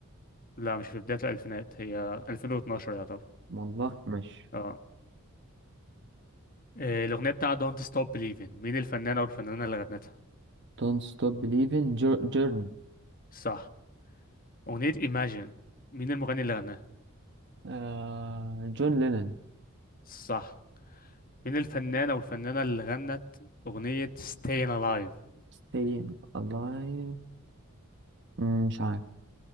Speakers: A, on the left; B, on the right.
A: لا مش في بدايه الالفينات هي 2012 يعتبر
B: والله ماشي
A: اه إيه، الاغنيه بتاع دونت ستوب بليفين مين الفنان او الفنانه اللي غنتها
B: Don't Stop Believing Jo- Journey
A: آه. صح اغنيه ايماجين مين المغني اللي غناها
B: آه، جون لينن
A: صح مين الفنان او الفنانه اللي غنت اغنيه ستاين الايف
B: Staying Alive مم، مش عارف